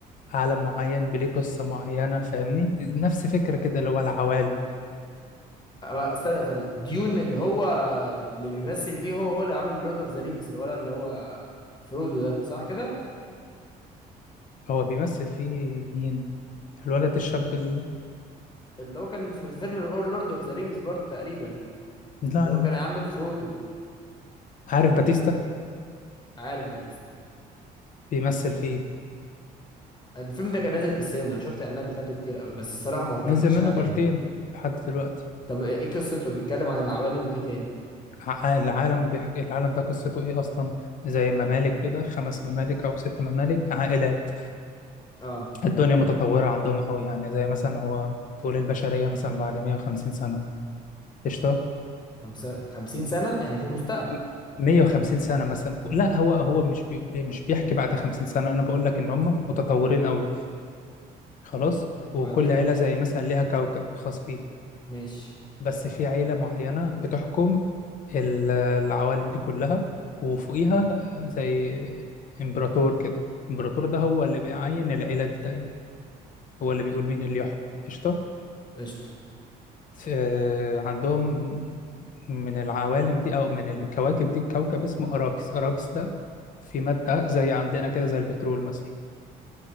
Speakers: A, on the left; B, on the left.
A: عالم معين بليه قصة معينة فاهمني نفس فكرة كده اللي هو العوالم دي.
B: آه، استنى استنى ديون اللي هو اللي بيمثل فيه هو هو اللي عمل لورد اوف ذا رينجز الولد اللي هو فرودو ده صح كده
A: هو بيمثل فيه مين الولد الشاب ال...
B: اللي هو كان في فيلم لورد اوف ذا رينجز برضه تقريبا
A: لا
B: اللي
A: لا
B: هو كان عامل فرودو
A: عارف باتيستا
B: عارف باتيستا
A: بيمثل فيه
B: الفيلم ده كان نازل في السينما انا شفت الاعلانات بتاعته كتير قوي بس الصراحه ما اتفرجتش
A: نزل منه
B: عليه
A: بارتين لحد دلوقتي
B: طب ايه قصته بيتكلم عن العوالم وايه تاني
A: ع- العالم بيحكي العالم ده قصته ايه اصلا زي ممالك كده خمس ممالك او ست ممالك عائلات
B: اه
A: الدنيا متطورة عندهم قوي يعني زي مثلا هو طول البشرية مثلا بعد 150 سنة قشطة
B: خمسة خمسين سنه يعني في المستقبل
A: م- 150 سنة مثلا لا هو هو مش بي إيه، مش بيحكي بعد 50 سنة انا بقول لك ان هم متطورين قوي خلاص
B: وبعدين
A: وكل عيلة زي مثلا ليها كوكب خاص بيها
B: ماشي
A: بس في عيلة معينة بتحكم ال- العوالم دي كلها وفوقيها زي إمبراطور كده الإمبراطور ده هو اللي بيعين العيلة دي دايما هو اللي بيقول مين اللي يحكم قشطة
B: قشطه
A: ف- عندهم من العوالم دي أو من الكواكب دي كوكب اسمه أراكس أراكس ده في مادة زي عندنا كده زي البترول مثلا